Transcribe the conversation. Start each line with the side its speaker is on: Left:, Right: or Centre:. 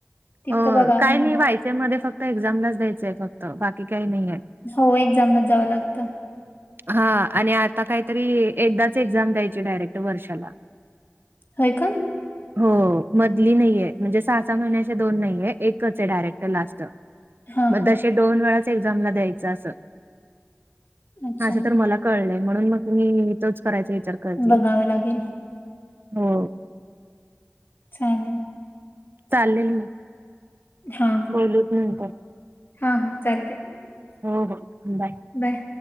Left: तिथं
Right: हो
Left: बघा
Right: काय
Left: म्हणलं
Right: नाही व्हायचे मध्ये फक्त एक्झामलाच द्यायचंय फक्त बाकी काही नाही आहे.
Left: हो एक्झामलाच जावं लागतं.
Right: हा आणि आता काहीतरी एकदाच एक्झाम द्यायची डायरेक्ट वर्षाला
Left: होय का
Right: <inaudible> हो मधली नाहीये म्हणजे सहा सहा महिन्याच्या दोन नाहीे एकच आहे डायरेक्टर लास्ट
Left: हा
Right: मग
Left: हा
Right: तसे दोन वेळाच एक्झामला द्यायचं असल.
Left: अच्छा
Right: हा असं तर मला कळलंय म्हणून मग मी तोच करायचा विचार करतेय.
Left: बघावं लागेल
Right: हो
Left: चालेल.
Right: चालेल मग.
Left: हा
Right: बोलूत नंतर
Left: हा हा चालतयं.
Right: हो हो बाय.
Left: बाय